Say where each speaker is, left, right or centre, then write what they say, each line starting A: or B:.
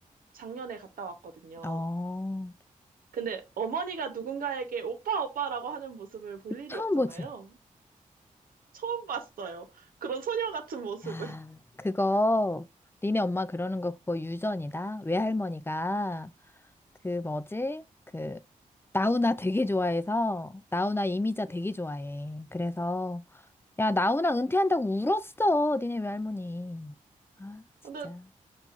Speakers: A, on the right; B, on the left.
A: 작년에 갔다 왔거든요.
B: 어,
A: 근데 어머니가 누군가에게 오빠, 오빠라고 하는 모습을 볼 일이
B: 처음
A: 없잖아요.
B: 보지.
A: 처음 봤어요. 그런 소녀 같은 모습을.
B: 야,
A: <laughs>
B: 그거 니네 엄마 그러는 거 그거 유전이다. 외할머니가 그 뭐지? 그 나훈아 되게 좋아해서 나훈아 이미자 되게 좋아해. 그래서 야, 나훈아 은퇴한다고 울었어. 니네 외할머니. 아, 진짜.
A: 근데